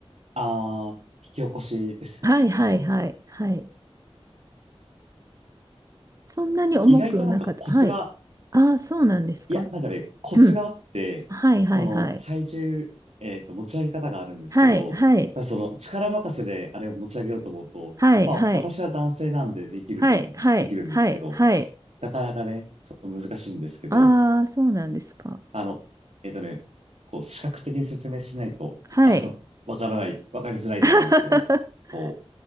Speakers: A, on the right; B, on the right.
A: あー、引き起こしですよね、
B: はい、はい、
A: 多分。
B: はい、はい。そんなに重くなかった。
A: でも意外となんかコツが、
B: はい。ああ、そうなんですか。
A: いや、なんかね、コツがあって、
B: うんはい、
A: その体重、
B: はい、はい。
A: えっと、持ち上げ方があるんですけど、
B: はい、はい、
A: ただその力任せであれを持ち上げようと思うと、
B: はい、
A: まあ私は男性なんでできると思う、
B: はい。はい、はい、
A: できるんですけど、
B: はい、はい。
A: なかなかね、その難しいんですけど、
B: ああ、そうなんですか。
A: あの、えっとね、こう、視覚的に説明しないと、
B: はい。
A: あの、わからない、わかりづらいと思うんですけど、
B: <laughs>
A: こう、